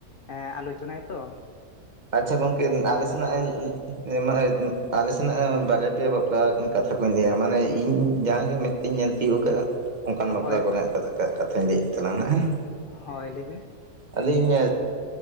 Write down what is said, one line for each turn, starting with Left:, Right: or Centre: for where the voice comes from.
Left: ᱮᱸ ᱟᱞᱳᱪᱚᱱᱟᱭᱟ ᱛᱚ᱾
Right: ᱟᱪᱪᱷᱟ ᱜᱚᱝᱠᱮ ᱟᱞᱮ ᱥᱮᱱᱟᱜ ᱮᱞ <unintelligible> ᱟᱞᱮ ᱥᱮᱱᱟᱜ ᱵᱟᱨᱭᱟ ᱯᱮᱭᱟ ᱵᱟᱯᱞᱟ ᱠᱟᱛᱷᱟ ᱠᱩᱧ ᱞᱟᱹᱭᱟ ᱢᱟᱱᱮ ᱤᱧ ᱡᱟᱦᱟᱸ ᱜᱮ ᱢᱮᱫ ᱛᱤᱧ ᱧᱮᱞ ᱛᱤᱭᱳᱜ ᱠᱟᱜ-ᱟ ᱚᱱᱠᱟᱱ ᱵᱟᱯᱞᱟ
Left: ᱦᱳᱭ
Right: ᱠᱚ
Left: ᱦᱳᱭ
Right: ᱨᱮᱱᱟᱜ ᱠᱟ ᱠᱟᱛᱷᱟᱧ ᱞᱟᱹᱭ ᱮᱫ ᱛᱟᱞᱟᱝ-ᱟ ᱦᱮᱸ᱾
Left: ᱦᱳᱭ ᱞᱟᱹᱭ ᱵᱤᱱ᱾
Right: ᱟᱹᱞᱤᱧ